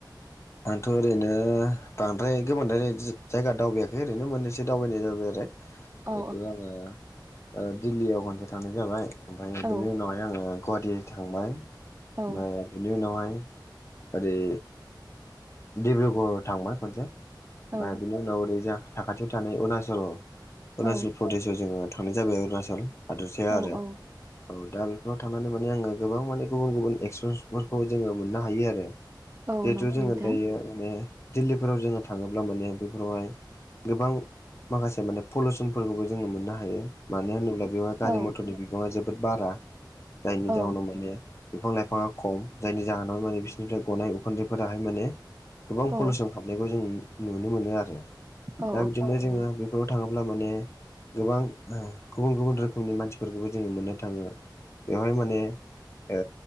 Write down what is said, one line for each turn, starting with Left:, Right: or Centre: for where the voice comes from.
Left: आंथ' ओरैनो बांद्राय गोबां जायगा दावबाययाखै ओरैनो मोननैसो दावबायनाय जाबाय आरो
Right: औ
Left: जिथु आंङो दिल्लीयाव खनसे थांनाय जाबाय ओमफ्राय
Right: औ
Left: बिनि उनावहाय आःङो गुवाटि थांबाय।
Right: औ
Left: ओमफाय बिनि उनावहाय ओरै डिब्रुगर थांबाय खनसे ओमफ्राय
Right: औ
Left: बिनि उनाव ओरै जा साखाथियाव थानाय अरुणाचल अरुणाचल
Right: औ
Left: प्रदेशआव जोङो थांनाय जाबाय अरुणाचल हादरसाया
Right: औ
Left: आरो
Right: औ
Left: औ दा बे बेयाव थांनानै माने आंङो गोबां माने गुबुन गुबुन एक्सपिरियेन्सफोरखौ जोंङो मोननो हायो आरो
Right: औ
Left: जिहेथु
Right: नंगौ
Left: जोंङो
Right: नोंथां
Left: दायो माने दिल्लीफोराव जोंङो थाङोब्ला माने बेफोरावहाय गोबां माखासे माने पलिसनफोरखौबो जोंङो मोननो हायो। हायो मानो होनोब्ला बेयावाय गारि
Right: औ
Left: मथरनि बिबांङा जोबोद बारा जायनि
Right: औ
Left: जाउनाव माने बिफां लाइफाङा खम जायनि जाहोनावहाय माने बिसोरनिफ्राय गनाय उखुन्दैफोराहाय माने गोबां
Right: औ
Left: पलिउसन हाबनायखौ जों नुनो मोनो आरो
Right: औ
Left: दा बिदिनो जोंङो बे बेवाव थाङोब्ला माने गोबां गुबुन गुबन रोखोमनि मानसि बेफोरखौबो जोङो मोननो थांङो बेवहाय माने ओ